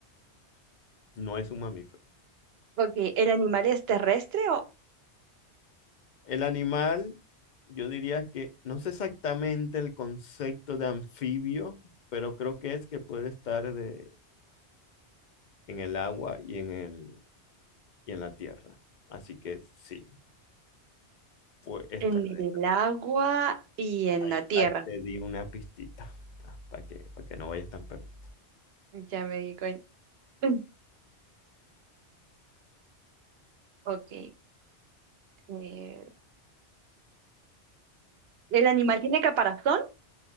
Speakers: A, on the left (about 50°); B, on the right (about 65°).
A: no es un mamífero.
B: ok, ¿el animal es terrestre o
A: El animal, yo diría que no sé exactamente el concepto de anfibio, pero creo que es que puede estar de- en el agua y en el, y en la tierra. Así que sí, Fue extraterrestre.
B: en el agua y en
A: Ahí,
B: la tierra?
A: ahí te di una pistita para que, para que no vayas tan perdido.
B: Ya me di cuenta. <laughs> Ok. eh, ¿el animal tiene caparazón?